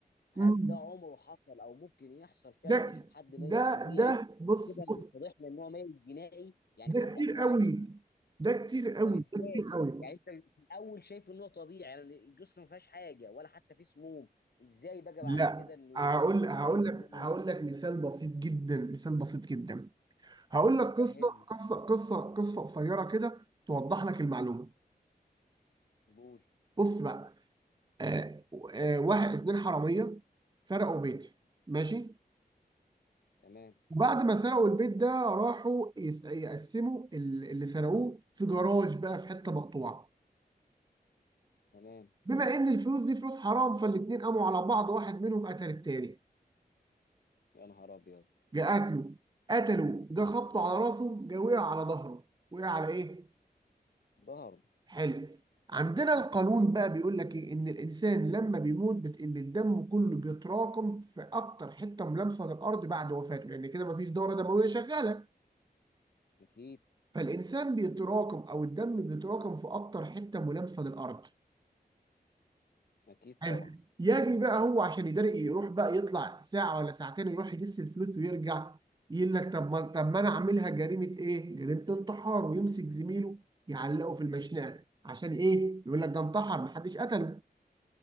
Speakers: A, on the left; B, on the right.
A: هل
B: مم.
A: ده عمره حصل او ممكن يحصل فعلا
B: ده
A: احنا نشوف حد ميت
B: ده
A: طبيعي
B: ده بص
A: كده اللي
B: بص
A: اتضح لنا ان هو ميت جنائي يعني
B: ده
A: حد
B: كتير
A: اعتدى
B: قوي
A: عليه
B: ده كتير قوي
A: طب ازاي؟
B: ده كتير قوي
A: يعني انت في الاول شايف ان هو طبيعي يعني الجثه ما فيهاش حاجه ولا حتى في سموم ازاي بقى
B: لا
A: بعد كده انه
B: هقول هقول
A: تحول
B: لك
A: جنائي
B: هقول لك مثال بسيط جدا مثال بسيط جدا هقول لك قصه
A: فهمني
B: قصه قصه قصه قصيره كده توضح لك المعلومه
A: قول
B: بص بقى آه آه واحد اتنين حراميه سرقوا بيتي ماشي
A: تمام
B: وبعد ما سرقوا البيت ده راحوا يس- يقسموا ال- اللي سرقوه في جراج بقى في حته مقطوعه
A: تمام
B: بما ان الفلوس دي فلوس حرام فالاتنين قاموا على بعض واحد منهم قتل التاني
A: يا نهار ابيض
B: جه قتله قتله جه خبطه على راسه جه وقع على ظهره وقع على ايه؟
A: ظهر
B: حلف عندنا القانون بقى بيقول لك ايه ان الانسان لما بيموت بت... ان الدم كله بيتراكم في اكتر حته ملامسه للارض بعد وفاته لان كده مفيش دوره دمويه شغاله
A: اكيد
B: فالانسان بيتراكم او الدم بيتراكم في اكتر حته ملامسه للارض
A: اكيد
B: حلو
A: طبعا
B: يجي بقى هو عشان يداري يروح بقى يطلع ساعه ولا ساعتين يروح يجس الفلوس ويرجع يقول لك طب ما طب ما انا عاملها جريمه ايه؟ جريمه انتحار ويمسك زميله يعلقه في المشنقه عشان ايه؟ يقول لك ده انتحر محدش قتله